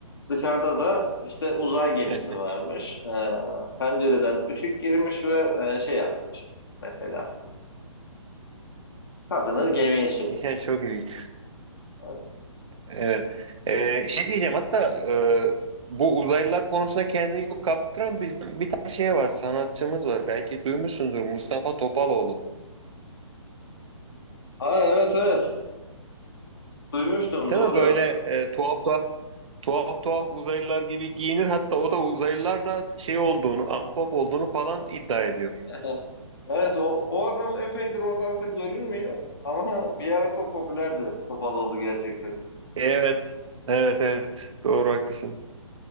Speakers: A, on the left; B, on the right.
A: Dışarıda da işte uzay gemisi
B: <laughs>
A: varmış. E, pencereden ışık girmiş ve e, şey yapmış mesela. Kadını gemiye çekmiş.
B: Yani çok ilginç.
A: Evet.
B: Evet. Ee, şey diyeceğim hatta e, bu uzaylılar konusunda kendini yok kaptıran bizim bir tane şey var sanatçımız var belki duymuşsundur Mustafa Topaloğlu.
A: Aa, evet evet. Duymuştum
B: Değil
A: doğru.
B: mi böyle e, tuhaf tuhaf tuhaf tuhaf uzaylılar gibi giyinir hatta o da uzaylılarla şey olduğunu ahbap olduğunu falan iddia ediyor.
A: <laughs> Evet o, o adam epeydir ortalıkta görünmüyor ama <laughs> bir ara çok popülerdi Topaloğlu gerçekten.
B: Evet evet evet doğru haklısın.